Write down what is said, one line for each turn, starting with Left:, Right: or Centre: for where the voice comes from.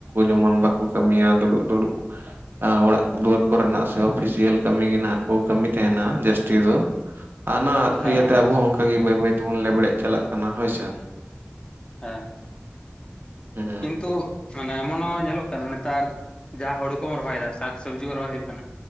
Right: ᱡᱮᱢᱚᱱ ᱵᱟᱠᱚ ᱠᱟᱹᱢᱤᱭᱼᱟ᱾ ᱫᱩᱲᱩᱵ ᱫᱩᱲᱩᱵ ᱚᱲᱟᱜ ᱫᱩᱣᱟᱹᱨ ᱠᱚᱨᱮᱱᱟᱜ ᱥᱮ ᱚᱯᱷᱤᱥᱤᱭᱟᱞ ᱠᱟᱹᱢᱤ ᱜᱮ ᱱᱟᱦᱟᱜ ᱠᱚ ᱠᱟᱹᱢᱤ ᱛᱟᱦᱮᱱᱟ᱾ ᱡᱟᱹᱥᱛᱤ ᱫᱚ ᱚᱱᱟ
Left: ᱦᱮᱸ
Right: ᱤᱭᱟᱹ ᱛᱮ ᱟᱵᱚ ᱚᱱᱠᱟ ᱜᱮ ᱵᱟᱹᱭ ᱵᱟᱹᱭ ᱛᱮᱵᱚᱱ ᱞᱮᱵᱲᱮᱫ ᱪᱟᱞᱟᱜ ᱠᱟᱱᱟ, ᱦᱳᱭ ᱥᱮ᱾
Left: ᱦᱮᱸ,
Right: ᱦᱩᱸ
Left: ᱠᱤᱱᱛᱩ ᱢᱟᱱᱮ ᱮᱢᱚᱱ ᱦᱚᱸ ᱧᱮᱞᱚᱜ ᱠᱟᱱᱟ᱾ ᱱᱮᱛᱟᱨ ᱡᱟᱦᱟᱸ ᱦᱳᱲᱩ ᱠᱚᱢ ᱨᱚᱦᱚᱭ ᱮᱫᱟ, ᱥᱟᱠᱥᱚᱵᱽᱡᱤ ᱠᱚ ᱨᱚᱦᱚᱭ ᱦᱩᱭᱩᱜ ᱠᱟᱱᱟ᱾